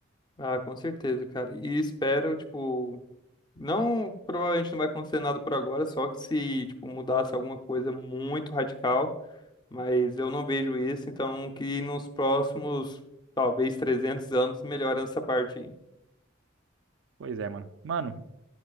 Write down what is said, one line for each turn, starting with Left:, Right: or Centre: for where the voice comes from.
Left: Ah, com certeza, cara. E espero, tipo, não, provavelmente não vai acontecer nada por agora, só que se, tipo, mudasse alguma coisa muito radical. Mas eu não vejo isso, então que nos próximos, talvez 300 anos, melhore essa parte aí.
Right: Pois é, mano. Mano,